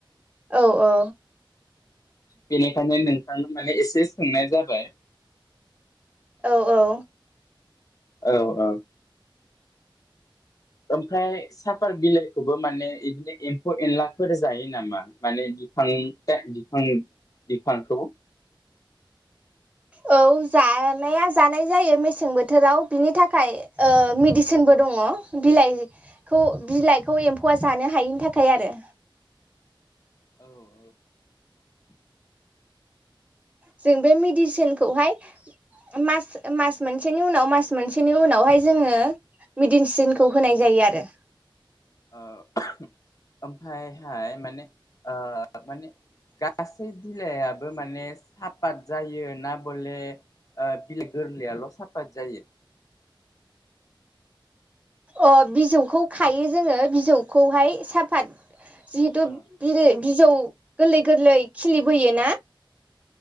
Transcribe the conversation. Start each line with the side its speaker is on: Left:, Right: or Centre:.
Right: औ औ।
Left: बेनिखायनो नोंथांनो माने एसे सोंनाय जाबाय।
Right: औ औ।
Left: औ औ। ओमफ्राय साफार बिलाइखौबो माने इदिनो एम्फौ एनलाफोर जायो नामा माने बिफां बिफां बिफांखौ?
Right: औ जानाया जानाय जायो मेसें बोथोराव बिनि थाखाय ओ मेडिसिनबो दङ बिलाइखौ बिलाइखौ एम्फौआ जानो हायिनि थाखाय आरो।
Left: औ औ। <inaudible>
Right: जों बे मेडिसिनखौहाय मास मास मोनसेनि उनाव मास मोनसेनि उनावहाय जोङो मेडिसिनखौ होनाय जायो आरो।
Left: ओ <unintelligible> ओमफायहाय माने ओ माने गासै बिलाइआबो माने साफात जायो ना बले ओ बिलाइ गोरलैयाल' साफात जायो?
Right: अ बिजौखौ खायो जोङो बिजौखौहाय साफात जिहेतु
Left: ओं
Right: बि बि <inaudible> जौ गोरलै गोरलै खिलिबोयो ना।